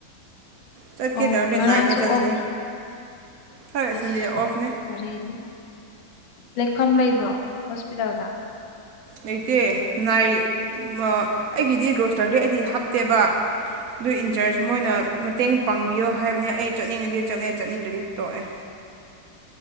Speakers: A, on the right; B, on the left.
A: ꯆꯠꯀꯦ
B: ꯑꯣ
A: ꯇꯧꯔꯗꯤ
B: ꯉꯔꯥꯡꯁꯨ
A: ꯅꯥꯏꯜꯗ ꯆꯠꯂꯅꯤ
B: ꯑꯣꯐ
A: ꯐꯔꯥꯁ
B: ꯏꯁ
A: ꯁꯟꯗꯦ ꯑꯣꯐꯅꯦ
B: ꯋꯥꯔꯤꯗꯤ ꯂꯦꯛꯐꯝ ꯂꯩꯕ꯭ꯔꯣ ꯍꯣꯁꯄꯤꯇꯥꯜꯗ
A: ꯂꯩꯇꯦ ꯅꯥꯏ ꯑꯩꯒꯤꯗꯤ ꯔꯣꯁꯇꯔꯗꯤ ꯑꯩꯗꯤ ꯍꯥꯞꯇꯦꯕ ꯑꯗꯨ ꯏꯟꯆꯥꯔꯖ
B: ꯑꯣ
A: ꯃꯣꯏꯅ ꯃꯇꯦꯡ ꯄꯥꯡꯕꯤꯌꯣ ꯍꯥꯏꯕꯅꯦ ꯑꯩ ꯆꯠꯅꯤꯡꯉꯗꯤ ꯆꯠꯂꯦ ꯆꯠꯅꯤꯡꯗ꯭ꯔꯗꯤ ꯇꯣꯛꯑꯦ